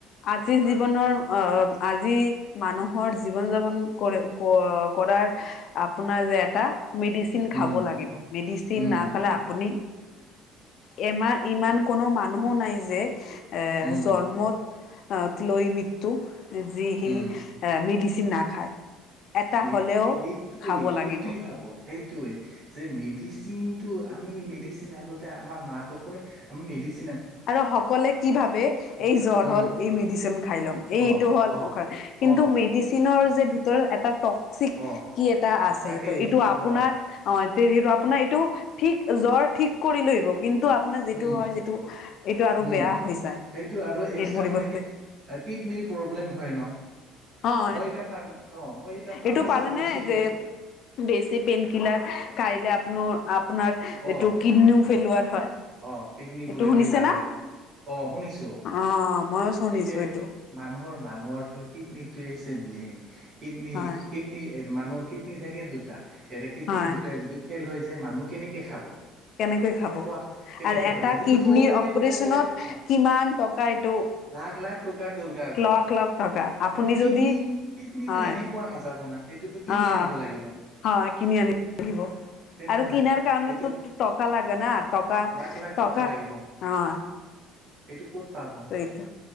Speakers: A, on the left (about 45°); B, on the right (about 25°).
A: আজিৰ জীৱনৰ আ আজি মানুহৰ জীৱন যাপন কৰে কৰাৰ আপোনাৰ যে এটা মেডিচিন
B: উম
A: খাব লাগিব, মেডিচিন
B: উম
A: নাখালে আপুনি এমা ইমান কোনো মানুহো নাই যে এ
B: উম
A: জন্মত অ লৈ মৃত্যু যি
B: উম
A: এ মেডিচিন নাখায়। এটা
B: মে
A: হ'লেও
B: সেইটোৱে
A: খাব
B: সেইটোই
A: লাগিব
B: ভাবো। সেইটোৱে যে মেডিচিনটো আমি মেডিচিন আগতে আমাৰ মাটো কয় আমি মেডিচিন
A: আৰু সকলোৱে কি ভাবে এই
B: হয়
A: জ্বৰ
B: উম
A: হ'ল এই মেডিচিন খাই ল'ম, এই
B: অ
A: এইটো হ'ল
B: অ
A: কিন্তু
B: অ
A: মেডিচিনৰ যে ভিতৰত এটা টক্সিক
B: অ
A: কি এটা আছে,
B: থাকে সেইটো
A: এইটো আপোনাৰ
B: অ
A: অ এটো আপোনাৰ এইটো ঠিক জ্বৰ ঠিক কৰি লৈ আহিব কিন্তু আপোনাৰ যিটো
B: উম
A: হয় যিটো এইটো আৰু
B: উম,
A: বেয়া হৈ যায়।
B: সেইটো আৰু এক্সট্ৰা
A: ইয়াৰ পৰিৱৰ্তে
B: মানে কি কিডনীৰ প্ৰব্লেম হয় ন।
A: হয়
B: মই এতিয়া ফাৰ্ম অ' মই এতিয়া ফাৰ্মাচীত
A: এইটো পালেনে
B: গৈছিলো
A: যে বেছি পেইনকিলাৰ খাইলে আপনৰ আপোনাৰ এইটো
B: অ
A: কিডনীও
B: সেইটো বোলে
A: ফেলুৱাৰ হয়।
B: অ কিডনী
A: এইটো
B: বোলে
A: শুনিছে
B: ফেইলাৰ
A: না?
B: হয়, অ' শুনিছো।
A: অ' ময়ো শুনিছো
B: এতিয়াই
A: এইটো
B: মানুহৰ মানুহৰটো কিডনীত মেইন কিডনী
A: হয়
B: কিডনী মানুহৰ কিডনী থাকে দুটা এয়া কিডনী
A: হয়
B: দুটাই যদি ফেইল হৈ যায় মানুহ কেনেকৈ খাব
A: কেনেকৈ খাব
B: খোৱা কেনেকে
A: আৰু
B: খাব
A: এটা
B: সেইটোতো
A: কিডনীৰ
B: অলৰেডি
A: অপাৰচনত
B: ক'ব গ'লে অ
A: কিমান টকা এইটো
B: লাখ লাখ টকাৰ দৰকাৰ হয়
A: লাখ লাখ টকা আপুনি
B: আৰু কিডনী
A: যদি
B: কিডনীটো
A: হয়
B: এনে পোৱা নাযাব না সেইটোতো কিনি
A: অ
B: আনিব লাগিব
A: হয় কিনি আন লাগিব
B: তেনেহলে
A: আৰু কিনাৰ কাৰণেো
B: সেইটো
A: টকা লাগে ন টকা
B: লাখ লাখ
A: টকা
B: লাগিব
A: অ
B: সেইটো ক'ত পাব
A: এইটো